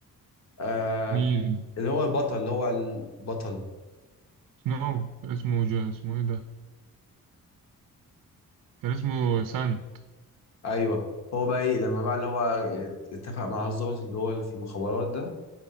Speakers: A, on the left; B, on the right.
A: آه
B: مين؟
A: اللي هو البطل اللي هو البطل
B: سنو كان اسمه جو اسمه إيه ده؟ كان اسمه سانت
A: ايوه هو بقى ايه لما بقى اللي هو اتفق مع الضابط اللي هو اللي في المخابرات ده